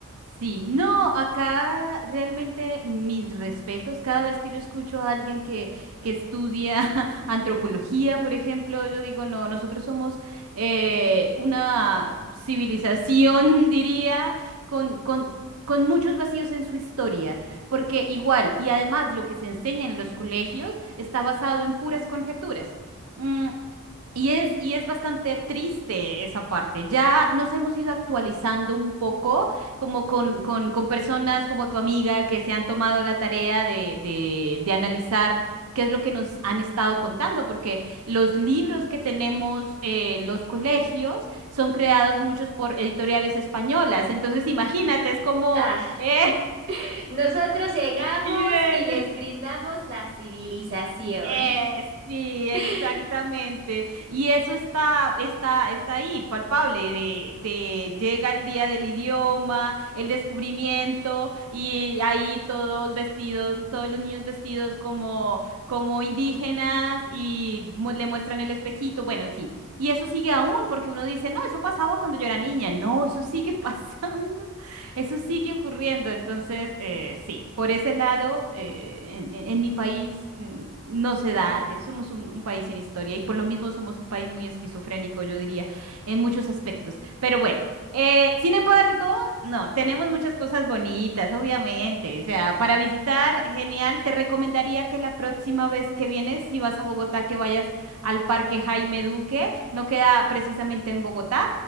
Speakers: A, on the right; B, on the right.
A: Sí, no, acá realmente mis respetos. Cada vez que yo escucho a alguien que, que estudia <laughs> antropología, por ejemplo, yo digo, no, nosotros somos eh, una civilización, <laughs> diría, con, con, con muchos vacíos en su historia, porque igual, y además lo que se enseña en los colegios está basado en puras conjeturas. Mm, Y es, y es bastante triste esa parte. Ya nos hemos ido actualizando un poco como con, con, con personas como tu amiga que se han tomado la tarea de, de, de analizar qué es lo que nos han estado contando, porque los libros que tenemos en los colegios son creados muchos por editoriales españolas. Entonces, imagínate, es como,
B: Ah,
A: eh,
B: nosotros llegamos
A: <laughs> bien.
B: y les brindamos la civilización.
A: Eh, sí, exactamente.
B: <laughs>
A: Y eso está, está, está ahí, palpable, de, de llega el día del idioma, el descubrimiento, y ahí todos vestidos, todos los niños vestidos como, como indígenas, y mu- le muestran el espejito, bueno, en fin. Y eso sigue aún, porque uno dice, no, eso pasaba cuando yo era niña. No, eso sigue <laughs> pasando. Eso sigue ocurriendo, entonces eh, sí, por ese lado, eh, en, en- en mi país mm, no se da, eh, somos un, un país sin historia y por lo mismo somos un país muy esquizofrénico, yo diría, en muchos aspectos. Pero bueno, eh, sin embargo, no, tenemos muchas cosas bonitas, obviamente, o sea, para visitar, genial, te recomendaría que la próxima vez que vienes, si vas a Bogotá, que vayas al Parque Jaime Duque, no queda precisamente en Bogotá